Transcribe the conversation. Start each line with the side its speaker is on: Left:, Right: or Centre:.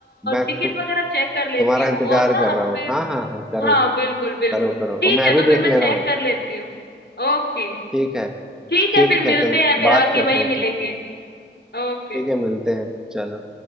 Centre: मैं
Left: टिकट
Centre: तु,
Left: वगैरह चेक कर लेती
Centre: तुम्हारा
Left: हूँ
Centre: इंतजार
Left: और ना
Centre: कर
Left: फिर
Centre: रहा हूँ हाँ हाँ हाँ करो
Left: हाँ बिल्कुल बिल्कुल
Centre: करो करो
Left: ठीक
Centre: और मैं
Left: है तो
Centre: भी देख
Left: फिर मैं
Centre: ले
Left: चेक
Centre: रहा हूँ
Left: कर लेती हूँ ओके
Centre: ठीक है
Left: ठीक
Centre: ठीक
Left: है फिर मिलते
Centre: है चल
Left: हैं फिर
Centre: बात
Left: आके
Centre: करते
Left: वहीं
Centre: हैं
Left: मिलेंगे
Centre: ठीक ठीक
Left: ओके
Centre: ठीक है मिलते हैं चलो